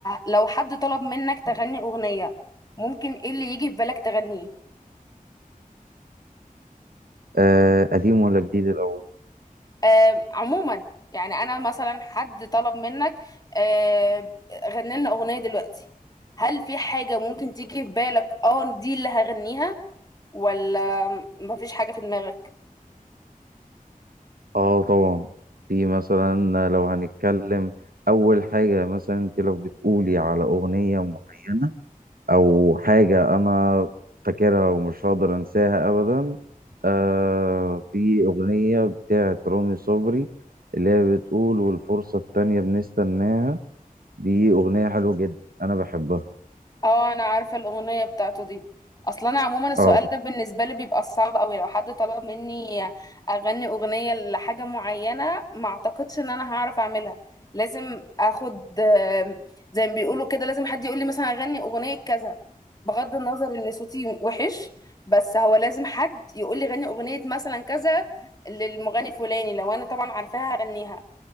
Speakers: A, on the left (about 25°); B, on the right (about 80°).
A: لو حد طلب منك تغني اغنيه ممكن ايه اللي يجي في بالك تغنيه
B: آه قديم ولا جديد الأول؟
A: آم، عموما يعني انا مثلا حد طلب منك آه، غني لنا اغنيه دلوقتي هل في حاجه ممكن تيجي في بالك اه دي اللي هغنيها ولا مفيش حاجه في دماغك
B: آه طبعا في مثلا لو هنتكلم أول حاجة مثلا أنت لو بتقولي على أغنية معينة او حاجه انا فاكرها ومش هقدر انساها ابدا آه في اغنيه بتاعه رامي صبري اللي هي بتقول والفرصه التانية بنستناها دي اغنيه حلوه جدا انا بحبها
A: اه انا عارفه الاغنيه بتاعته دي اصلا انا عموما السؤال
B: اه
A: ده بالنسبه لي بيبقى صعب قوي لو حد طلب مني اغني اغنيه لحاجه معينه ما اعتقدش ان انا هعرف اعملها لازم اخد آم، زي ما بيقولوا كده لازم حد يقول لي مثلا اغني اغنيه كذا بغض النظر ان صوتي وحش بس هو لازم حد يقول لي غني اغنيه مثلا كذا للمغني فلاني لو انا طبعا عارفاها هغنيها